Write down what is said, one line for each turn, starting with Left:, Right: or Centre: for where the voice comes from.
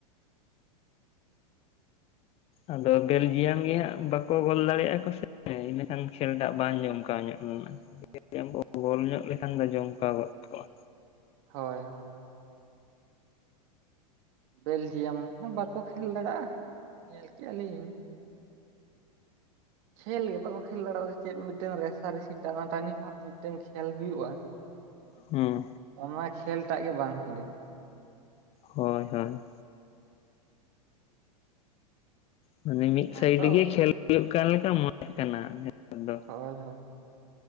Left: ᱟᱫᱚ ᱵᱮᱞᱡᱤᱭᱟᱢ ᱜᱮ ᱦᱟᱸᱜ ᱵᱟᱠᱚ ᱜᱚᱞ ᱫᱟᱲᱮᱭᱟᱜᱼᱟ ᱠᱚ ᱥᱮ <inaudible> ᱮᱸ ᱤᱸᱱᱟᱹᱠᱷᱟᱱ ᱠᱷᱮᱞ ᱴᱟᱜ ᱵᱟᱝ ᱡᱚᱢ ᱠᱟᱣ ᱧᱚᱜ ᱞᱮᱱᱟ। <inaudible> ᱠᱚ ᱜᱚᱞ ᱧᱚᱜ ᱞᱮᱠᱷᱟᱱ ᱫᱚ ᱡᱚᱢᱠᱟᱣ ᱜᱚᱫ ᱠᱚᱜᱼᱟ।
Right: ᱦᱳᱭ ᱦᱳ। ᱵᱮᱞᱡᱤᱭᱟᱢ ᱦᱚᱸ ᱵᱟᱠᱚ ᱠᱷᱮᱞ ᱫᱟᱲᱟᱜᱼᱟ। ᱧᱮᱞᱠᱮᱜᱼᱟ ᱞᱤᱧ ᱼᱼ ᱠᱷᱮᱞ ᱜᱮ ᱵᱟᱠᱚ ᱠᱷᱮᱞ ᱫᱟᱲᱚ। ᱪᱮᱫ ᱢᱤᱫᱴᱟᱝ ᱨᱮᱥᱟ ᱨᱮᱥᱤ ᱴᱟᱱᱟ ᱴᱟᱱᱤ ᱵᱷᱟᱵᱽ ᱢᱤᱫᱴᱟᱝ ᱠᱷᱮᱞ ᱦᱩᱭᱩᱜᱼᱟ।
Left: ᱦᱩᱸ।
Right: ᱚᱱᱟ ᱠᱷᱮᱞ ᱴᱟᱜ ᱜᱮ ᱵᱟᱝ ᱦᱩᱭ ᱞᱮᱱᱟ।
Left: ᱦᱳᱭ ᱦᱳᱭ। ᱢᱟᱱᱮ ᱢᱤᱫ
Right: ᱦᱮᱸᱛᱚ
Left: ᱥᱟᱭᱤᱰ ᱜᱮ ᱠᱷᱮᱞ ᱦᱩᱭᱩᱜ ᱠᱟᱱ ᱞᱮᱠᱟ ᱢᱚᱱᱮᱜ ᱠᱟᱱᱟ ᱱᱮᱛᱟᱨ ᱫᱚ।
Right: ᱦᱳᱭ ᱦᱳᱭ।